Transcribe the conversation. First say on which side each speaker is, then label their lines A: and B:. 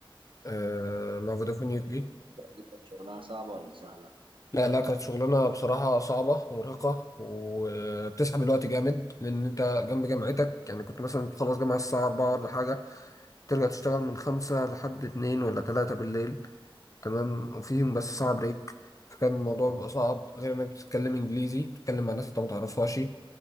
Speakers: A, on the left; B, on the right.
A: آه، مع فودافون يو كي
B: بتدرس شغلانة صعبة ولا سهلة
A: لا لا كانت شغلانه بصراحه صعبه ومرهقه وبتسحب الوقت جامد لان انت جنب جامعتك يعني كنت مثلا تخلص جامعه الساعه 4 ولا حاجه ترجع تشتغل من 5 لحد 2 ولا 3 بالليل تمام وفيهم بس ساعة بريك فكان الموضوع بيبقى صعب غير انك بتتكلم انجليزي بتتكلم مع ناس انت ما تعرفهاش